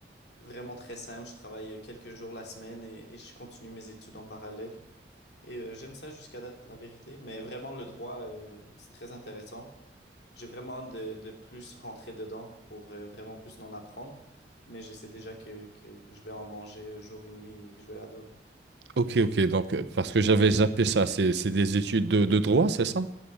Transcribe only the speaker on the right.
Ok, ok. Donc, euh, parce que j'avais zappé ça, c'est c'est des études de, de droit, c'est ça?